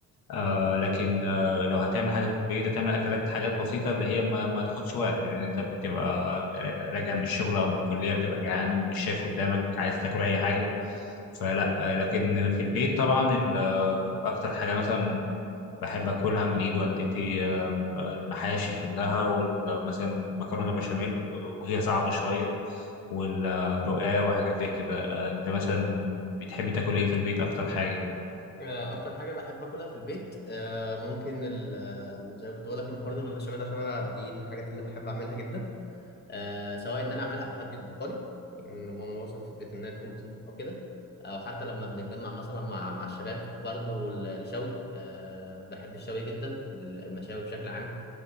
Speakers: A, on the left; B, on the left.
A: آه لكن آه لو هتعمل حاجه في البيت هتعمل اكلات حاجات بسيطه اللي هي ما, ما تاخدش وقت لان انت بتبقى راجع من الشغل او من الكليه بتبقى جعان ومش شايف قدامك عايز تاكل اي حاجه فلا آه لكن في البيت طبعا ال- آه، اكتر حاجه مثلا بحب اكلها من ايد والدتي آه، آه، المحاشي كلها ومثلا مكرونه بشاميل آه، وهي صعبه شويه والرقاق وحاجات زي كده آه، انت مثلا بتحب تاكل ايه في البيت اكتر حاجه
B: آه، اكتر حاجة بحب اكلها في البيت آه، ممكن ال- آه، زي ما كنت بقول لك المكرونة بالبشاميل عشان انا دي من الحاجات اللي بحب اعملها جدا آه، سواء ان انا اعملها او حد يطبخها لي يعني ماما مثلا في البيت انها تكون بتطبخ او كده او حتى لما بنتجمع مثلا مع مع الشباب برضو ال- الشوي آه، بحب الشوي جدا المشاوي بشكل عام